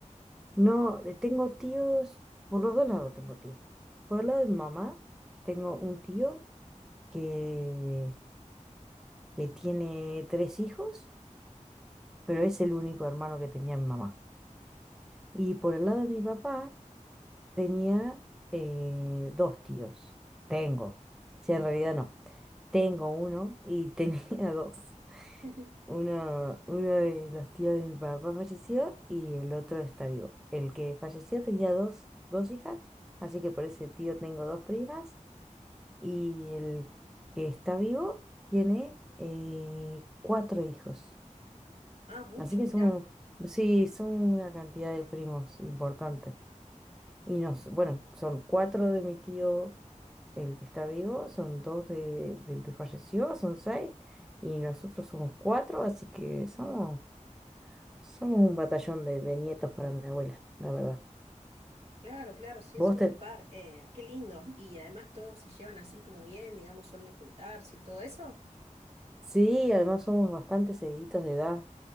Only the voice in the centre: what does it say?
No, eh, tengo tíos, por los dos lados tengo tíos. Por el lado de mi mamá, tengo un tío que, que tiene tres hijos, pero es el único hermano que tenía mi mamá. Y por el lado de mi papá, Tenía eh, dos tíos. Tengo. Si en realidad no. Tengo uno y <laughs> tenía dos.
Uno, uno de los tíos de mi papá falleció y el otro está vivo. El que falleció tenía dos, dos hijas, así que por ese tío tengo dos primas. Y el que está vivo tiene eh, cuatro hijos.
Así que
son, sí, son una cantidad de primos importante. Y nos, bueno, son cuatro de mi tío El que está vivo son dos de, del que falleció, son seis, y nosotros somos cuatro, así que somos, somos un batallón de, de nietos para mi abuela, la verdad.
Vos
te...
Sí, además somos bastante seguiditos de edad.